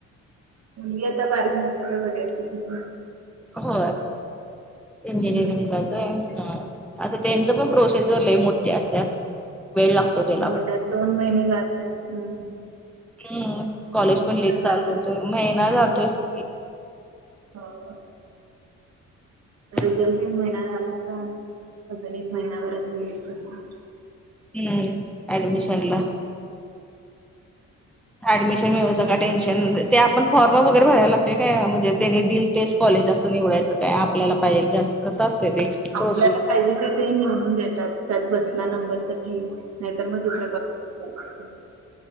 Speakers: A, on the right (about 55°); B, in the centre.
A: मुणगी आता बारीक झाली आता बघायचं तिथं
B: हो इंजिनिअरिंग
A: हम्म
B: आता त्यांच पण प्रोसेसर ल मोठे असत वेळ लागतो त्याला
A: होय
B: पण
A: त्यात दोन महिने जातय हम्
B: हम्म कॉलेज पण लेट चालू
A: बाकी
B: होत महिना जातोयस
A: हो
B: ह
A: तर रिझल्ट एक महिना झाला होता अजून एक महिनाभरात होईल कर्से
B: हम्म ऍडमिशनला ऍडमिशन मिळू सका टेन्शन ते आपण फॉर्म वगैरे भरायला लागते काय म्हणजे त्यानी दिल तेच कॉलेज असं निवडायचं काय आपल्याला पाहिजेल की अस कसं असते ते प्रोसेस
A: आपल्याला पाहिजे ते ते निवडून देतात त्यात बसला नंबर तर ठठीक नाही तर मग दुसर्या कॉ